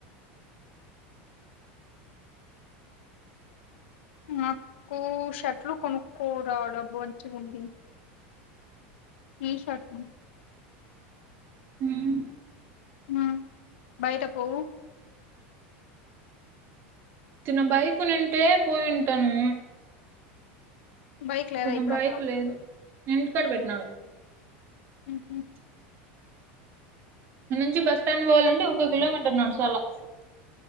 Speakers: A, on the left (about 80°); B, on the right (about 35°).
A: నాకు షర్ట్లు కొనుక్కోడాడబా మంచిగా ఉంటుంది టీషీర్ట్
B: ఉమ్
A: ఆ బయట పోవు
B: తన్న బైక్ నింటే పోయింటాను
A: బైక్ లేదా
B: కానీ
A: ఇప్పుడు
B: బైకు
A: అక్కడ
B: లేదు నేను ఇంటికాడ పెట్టినానూ
A: ఉహు
B: ఇక్కడ నుంచి బస్ స్టాండ్ పోవాలంటే ఒక కిలోమీటర్ నడచాలా చాలా